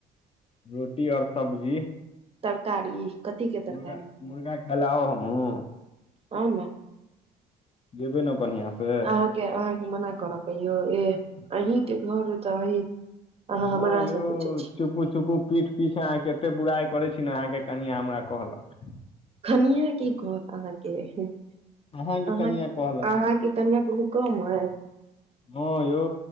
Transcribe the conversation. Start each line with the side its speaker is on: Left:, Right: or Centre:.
Left: रोटी और सब्जी
Right: तरकारी कथी के
Left: तऽ
Right: तरकारी
Left: मुर्गा -मुर्गा खाय लै आउ हमहुं
Right: आउ ने
Left: खियेबे ने बढ़ियां से
Right: अहाँके -अहाँके मना करब कहियौ एह अहीं के घर अय त अहीं अहाँ
Left: हँ
Right: हमरा
Left: यौ
Right: से पूछै छी
Left: चुपु चुपु पीठ पिछा अहाँके एते बुराइ करै छी ने अहाँके कनिया हमरा कहलक
Right: खनिया की कहत अहाँके
Left: अहाँके
Right: आहाँ
Left: कनिया कहलक
Right: अहाँके कनिया कम अय
Left: हँ यौ